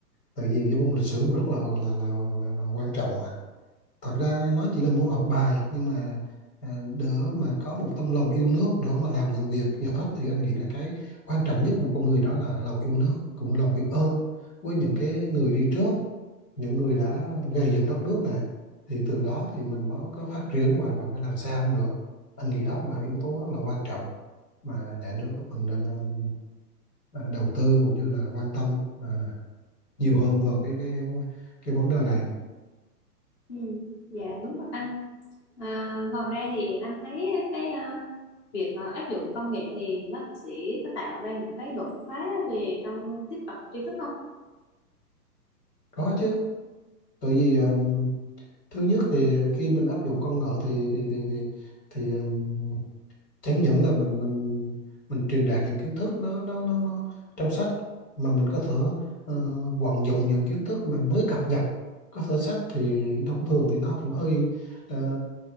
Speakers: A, on the left (about 80°); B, on the left (about 20°).
A: tại vì cái môn lịch sử cũng rất là là là, là, là quan trọng mà thật ra nó chỉ là môn học bài nhưng mà à, đỡ mà có một tấm lòng yêu nước đỡ mà làm những việc gì hết thì anh nghĩ là cái quan trọng nhất của một con người đó là lòng yêu nước cũng lòng biết ơn với những cái người đi trước những người đã gây dựng đất nước này thì từ đó thì mình mới có phát triển và và mới làm sao hơn nữa anh nghĩ đó cũng là yếu tố rất là quan trọng mà nhà nước mình nên um, à, đầu tư cũng như là quan tâm à, nhiều hơn vào cái cái cái vấn đề này
B: ừ. dạ đúng rồi anh à, ngoài ra thì anh thấy cái à, việc à, áp dụng công nghệ thì nó sẽ có tạo ra những cái đột phá về trong tiếp cận tri thức không
A: có chứ tại vì um, thứ nhất thì khi mình áp dụng công nghệ thì thì thì thì thì, ừm, chẳng những là mình mình mình truyền đạt những kiến thức nó nó nó nó trong sách mà mình có thể ờ, vận dụng những kiến thức mà mới cập nhật có thể sách thì thông thường thì nó cũng hơi ờ,